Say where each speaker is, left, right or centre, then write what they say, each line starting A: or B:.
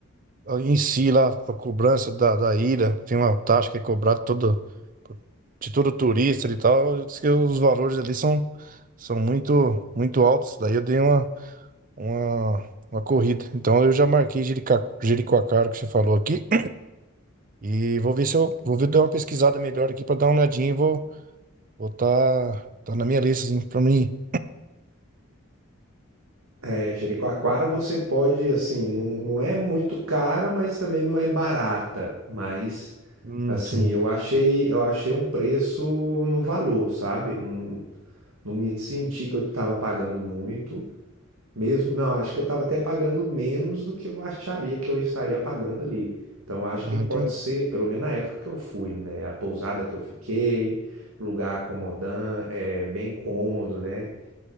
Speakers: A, on the right; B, on the right.
A: em si lá para cobrança da, da ilha, tem uma taxa que é cobrada todo, de todo turista e tal, diz que os valores ali são, são muito muito altos, daí eu dei uma, uma, uma corrida. Então eu já marquei Jerica- Jericoacoara que você falou aqui e vou ver se eu vou ver dar uma pesquisada melhor aqui para dar uma olhadinha e vou vou tá, tá na minha lista assim para mim.
B: É, Jericoacoara você pode, assim, não, não é muito cara, mas também não é barata. Mas,
A: Hum,
B: assim,
A: sim.
B: eu achei, eu achei um preço no valor, sabe? Não, não me senti que eu estava pagando muito. Mesmo, não, acho que eu estava até pagando menos do que eu acharia que eu estaria pagando ali. Então acho
A: Ah,
B: que pode
A: entendi.
B: ser, pelo menos na época que eu fui, né? A pousada que eu fiquei, lugar acomodante, é, bem cômodo, né?